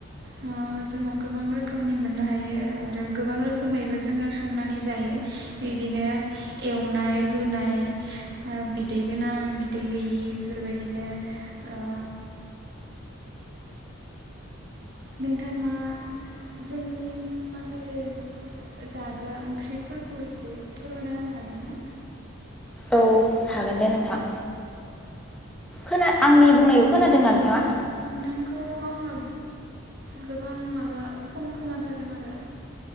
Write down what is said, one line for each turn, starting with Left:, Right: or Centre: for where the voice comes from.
Right: नाङा जोंहा गोबां रोखोमनि मोननो हायो आरो गोबां रोखोमैबो जोङो संनानै जायो बिदिनो एवनाय रुनाय बिदै गोनां बिदै गैयि बेफोरबायदिनो ओ नोंथाङा जोंनि माखासे जाग्रा ओंख्रिफोरखौ एसे फोरमायना होनो हागोन ना
Centre: औ हागोन दे नोंथां खोना आंनि बुंनायखौ खोनादोंना नोंथाङा
Right: दांखौ आङो गोबां माबा खम खोनाथारदों आरो